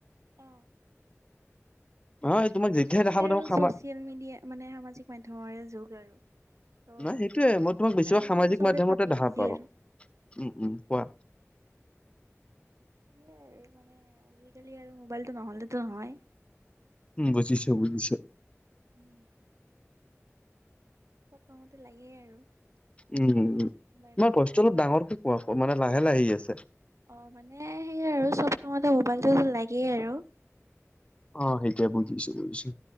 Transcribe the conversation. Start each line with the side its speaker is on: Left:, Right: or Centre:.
Right: অ
Left: নহয় তোমাক
Right: আজিকালি
Left: যেতিয়াই দেখা পাই
Right: আৰু
Left: থাকো সামাজিক
Right: চচিয়েল মিডিয়া মানে সামাজিক মাধ্যমৰে যুগ আৰু। ত'
Left: নাই সেইটোয়ে। মই তোমাক বেছিভাগ
Right: আজিকালিতো
Left: সামাজিক
Right: চবে
Left: মাধ্যমতে
Right: তাতেই
Left: দেখা
Right: বিজি
Left: পাওঁ।
Right: আৰু
Left: উম উম কোৱা?
Right: হম আৰু মানে আজিকালি আৰু মোবাইলটো নহলেতো নহয়।
Left: উম বুজিছো বুজিছো।
Right: উম' চবতে লাগেই আৰু।
Left: উম উম উম।
Right: মোবাইলটো।
Left: তোমাৰ ভয়েচটো অলপ ডাঙৰকে কোৱা মানে লাহে লাহে আহি আছে।
Right: অঁ মানে সেইয়াই আৰু চব কামতে মোবাইলটো লাগেই আৰু।
Left: অ সেইটোয়ে বুজিছো বুজিছো।